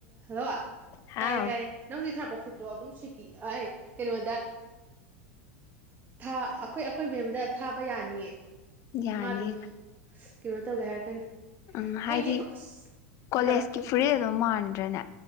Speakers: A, on the right; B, on the left.
A: hello
B: ꯑꯪ
A: ꯇꯥꯏ ꯇꯥꯏ ꯅꯪꯒꯤ ꯊꯥꯔꯛꯄ ꯐꯨꯔꯤꯠꯇꯣ ꯑꯗꯨꯝ ꯁꯦꯇꯤ ꯑꯥꯏ ꯀꯩꯅꯣꯗ ꯑꯩꯈꯣꯏ ꯑꯩꯈꯣꯏ ꯃꯦꯝ ꯑꯃꯗ ꯊꯥꯕ ꯌꯥꯅꯤꯌꯦ
B: ꯌꯥꯅꯤ
A: ꯃꯥ ꯑꯗꯨꯝ ꯑ ꯀꯩꯅꯣ ꯇꯧꯒꯦ ꯍꯥꯏꯔꯛꯀꯅꯤ
B: ꯎꯝ ꯍꯥꯏꯗꯤ
A: ꯑꯩꯒꯤ ꯍꯥꯏꯔꯛꯑꯣ
B: ꯀꯣꯂꯦꯖꯀꯤ ꯐꯨꯔꯤꯠ ꯑꯗꯨꯝ ꯃꯥꯟꯗ꯭ꯔꯅꯦ